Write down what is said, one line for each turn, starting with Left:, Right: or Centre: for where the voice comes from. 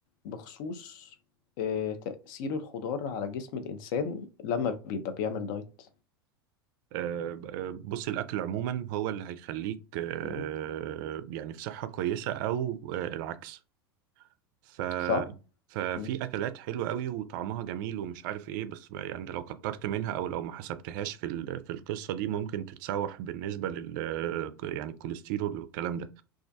Left: بخصوص آه، تأثير الخضار على جسم الإنسان لما بيبقى بيعمل دايت
Right: آه، آه، بص الأكل عموما هو اللي هيخليك آه،
Left: مم.
Right: يعني في صحة كويسة أو آه، العكس ف
Left: صح؟
Right: ففي
Left: مم.
Right: أكلات حلوة قوي وطعمها جميل ومش عارف إيه بس بقى يعني لو كترت منها أو لو ما حسبتهاش في ال... في القصة دي ممكن تتسوح بالنسبة لل يعني الكوليسترول والكلام ده